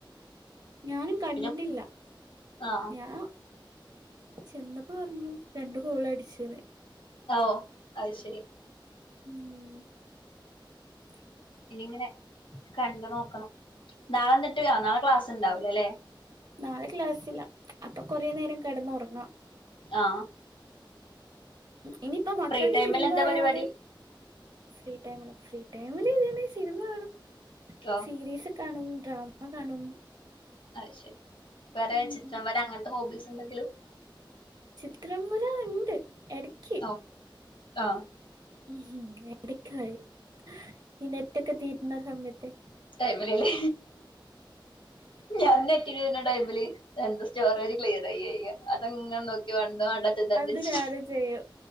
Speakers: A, on the right (about 55°); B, on the left (about 85°).
A: ഞാനും കണ്ടില്ല
B: പിന്നെ ആഹ്
A: ഞാൻ ചെന്നപ്പോ പറഞ്ഞു രണ്ടു ഗോള് അടിച്ചിന്ന്
B: ഓ അത് ശരി
A: ഉം
B: പിന്ന ഇങ്ങനെ കണ്ട് നോക്കണം നാളെ എന്നിട്ട് ആ നാളെ ക്ലാസുണ്ടാവലോ അല്ലേ
A: നാളെ ക്ലാസ്സില്ല അപ്പൊ കൊറേ നേരം കിടന്ന് ഉറങ്ങാം
B: ആ
A: ഇനിയിപ്പ മക്കൾക്ക്
B: ഫ്രീ ടൈമിൽ
A: ലീവ്
B: എന്താ
A: ആയാല്
B: പരിപാടി
A: ഫ്രീ ടൈമ ഫ്രീ ടൈമില് ഇത് തന്നെ സിനിമ കാണും
B: ഓ
A: സീരീസ് കാണും ഡ്രാമ മ കാണും
B: അ ശരി വേറെ
A: ഉം
B: ചിത്രം വരെ അങ്ങനത്തെ ഹോബീസ് എന്തെങ്കിലും
A: ചിത്രം വര ഉണ്ട് എടക്ക്
B: ഓ ആ
A: ഉം എടക്കായി ഈ നെറ്റൊക്കെ തീ ന സമ്യത്തെ
B: ൈല്ലേ ഞൻ രുന്ന ടൈമില് എ സ്റ്റോർര് ക്ലിയർയയ്യ അതെങ്ങെ നോക്കി വാണ്ടെ വാണ്ടാത്തേ തെര്ഞ്ട്ച്
A: അത് രാവിലെ ചെയ്യും